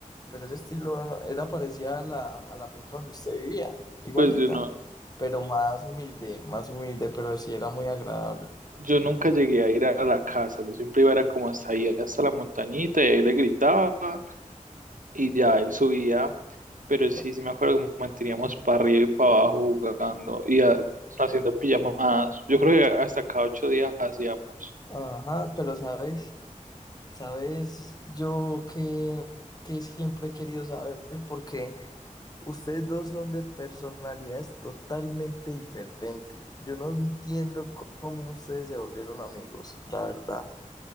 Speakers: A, on the left; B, on the right.
A: pero ese estilo no, era parecida a la, a la finca donde usted vivía, igualita,
B: pues yo no,
A: pero más humilde, más humilde, pero sí era muy agradable.
B: yo nunca llegué a ir a la casa, yo siempre iba era como hasta ahí, hasta la montañita, y ahí le gritaba y ya él subía Pero sí,
A: O-
B: sí me acuerdo que manteníamos para arriba y para abajo jugando y ah, haciendo pijamadas. Yo creo que hasta cada ocho días hacíamos.
A: Ajá, pero sabes, sabes, yo que, que siempre he querido saber, porque ustedes dos son de personalidades totalmente diferentes. Yo no entiendo cómo ustedes se volvieron amigos, la verdad.